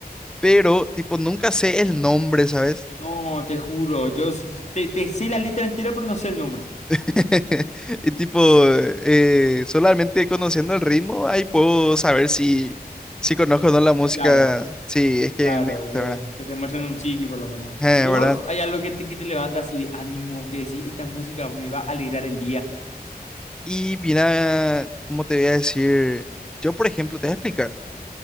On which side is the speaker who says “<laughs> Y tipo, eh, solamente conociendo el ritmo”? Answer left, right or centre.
Centre